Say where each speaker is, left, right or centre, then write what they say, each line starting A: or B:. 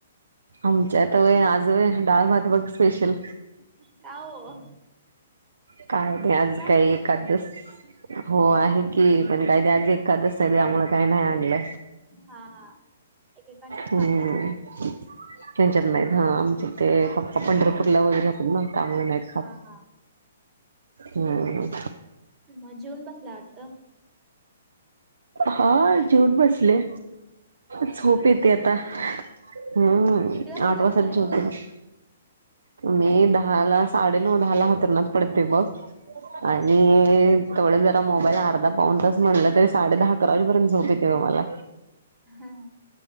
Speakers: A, on the right (about 80°); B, on the right (about 25°).
A: आमच्या त व्हय आज व्हय डाळ भात बघ स्पेशल
B: का ओ..
A: काय नी आज काही
B: नाही
A: एकादस हो आहे की की पण काय नाय आज एखादस च त्यामुळे काय नाय आणलं
B: हा हा एकेकांच्यात
A: हम्म
B: खातात
A: ह्म
B: एकेकांच्यात
A: ह्म त्यांच्यात नाहीत हा आमचे ते पप्पा पंढरपूरला वगैरे असतात ना त्यामुळे नाही खात.
B: हा हा..
A: हो मं
B: मग जेवून बसल्या वाटतं
A: हा आ जेवून बसले. झोप
B: एवढ्या लवकर
A: येते आता हम्म
B: किती वाजता
A: आठ
B: झोपताय
A: वाजताचं झोप येते. मी दहा ला साडे नऊ दहा ला हंतरणात पडते बघ
B: हा
A: आणि तेवड्या जरा मोबाईल अर्धा पौन तास म्हणलं तरी साडे दहा अकरा वाजेपर्यंत झोप ये तेव मला
B: हा